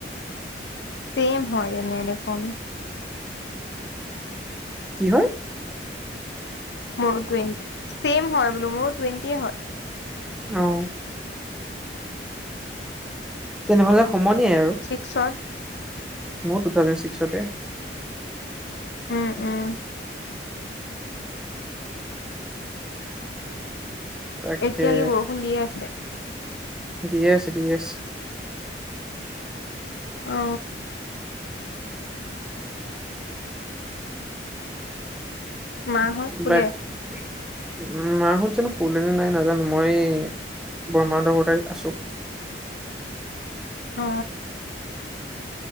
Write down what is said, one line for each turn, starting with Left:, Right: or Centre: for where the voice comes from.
Left: চেম হয় তেনে দেখোন।
Centre: কি হয়।
Left: মোৰো টুৱেণ্টি ছেম হয় বোলো মোৰো টুৱেণ্টিয়ে হয়।
Centre: অ তেনেহলে সমনীয়াই আৰু।
Left: চত।
Centre: মোৰ টু থাউজেণ্ড ছিক্সতে।
Left: উম উম।
Centre: তাকে
Left: এতিয়া কি বৰষুণ দিয়ে আছে।
Centre: দিয়ে আছে দিয়ে আছে।
Left: অ। মাহত শুলে
Centre: ব। <unintelligible> উ মাহত জানো হুলেনে নাই নাজানো মই এই বৰ্মা হেত ঘৰতে আছো।
Left: অ।